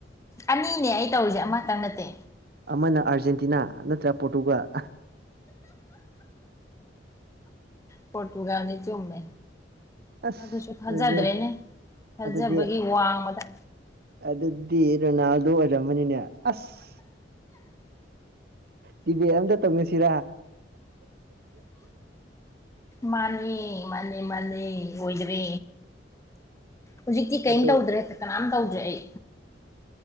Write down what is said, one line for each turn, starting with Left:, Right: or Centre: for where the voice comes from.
Left: ꯑꯅꯤꯅꯦ ꯑꯩ ꯇꯧꯔꯤꯁꯦ ꯑꯃꯇꯪ ꯅꯠꯇꯦ
Right: ꯑꯃꯅ ꯑꯥꯔꯖꯦꯟꯇꯤꯅꯥ ꯅꯠꯇ꯭ꯔꯥ ꯄꯣꯔꯇꯨꯒꯜ
Left: ꯄꯣꯣꯔꯇꯨꯒꯂꯤꯅꯤ ꯆꯨꯝꯃꯦ
Right: ꯑꯁ
Left: ꯑꯗꯨꯁꯨ ꯊꯥꯖꯗ꯭ꯔꯦꯅꯦ
Right: ꯑꯗꯨꯗꯤ
Left: ꯊꯥꯖꯕꯒꯤ
Right: ꯑꯗꯨꯗꯤ
Left: ꯋꯥꯡꯃꯗ
Right: ꯑꯗꯨꯗꯤ ꯔꯣꯅꯥꯜꯗꯣ ꯑꯣꯏꯔꯝꯃꯅꯤꯅꯦ ꯑꯁ ꯇꯤꯚꯤ ꯑꯝꯇ ꯇꯧꯅꯁꯤꯔꯥ
Left: ꯃꯥꯅꯦ ꯃꯥꯅꯦ ꯃꯥꯅꯦ ꯑꯣꯏꯈ꯭ꯔꯦ ꯍꯧꯖꯤꯛꯇꯤ ꯀꯩꯝ
Right: ꯑꯗꯣ
Left: ꯇꯧꯗ꯭ꯔꯦ ꯍꯦ ꯀꯅꯥꯝꯇ ꯇꯧꯗ꯭ꯔꯦ ꯑꯩ